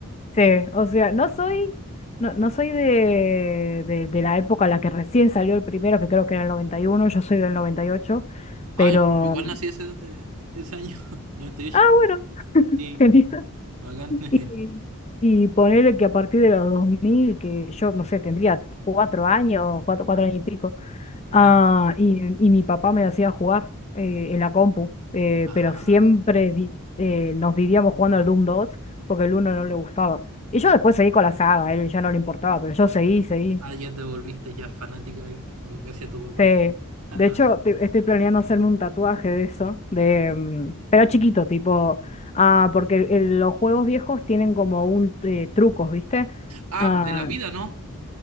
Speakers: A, on the left; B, on the right.
A: sí, o sea, no soy, no, no soy de, de, de la época en la que recién salió el primero, que creo que era el noventa y uno yo soy del noventa y ocho
B: Ay,
A: pero,
B: yo igual nací ese, eh, ese año, <laughs> 98.
A: ah, bueno, <laughs>
B: Sí,
A: genial.
B: bacán.
A: Y,
B: <laughs>
A: y ponele que a partir de los 2000 que yo, no sé, tendría cuatro años, cuatro, cuatro años y pico, ah,
B: Ya.
A: y, y mi papá me hacía jugar eh, en la compu, eh,
B: Ah,
A: pero siempre vi- eh, nos vivíamos jugando al Doom 2 porque el uno no le gustaba. Y yo después seguí con la saga, a él ya no le importaba, pero yo seguí, seguí.
B: ah, ya te volviste ya fanática ahí, con- gracias a tu papá.
A: Sí.
B: <laughs>
A: De hecho, te- estoy planeando hacerme un tatuaje de eso, de, mm, pero chiquito, tipo, ah, porque el- los juegos viejos tienen como un eh, trucos, ¿viste?
B: Ah,
A: Ah,
B: de la vida, ¿no?